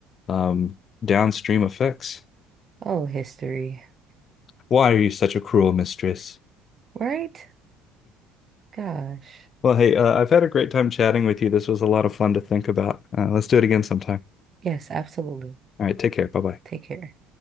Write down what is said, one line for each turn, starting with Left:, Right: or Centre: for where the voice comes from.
Left: um downstream effects.
Right: Oh, history,
Left: Why are you such a cruel mistress?
Right: right? Gosh.
Left: Well, hey, uh, I've had a great time chatting with you. This was a lot of fun to think about. Uh, let's do it again sometime.
Right: Yes, absolutely.
Left: All right, take care. Bye-bye.
Right: Take care.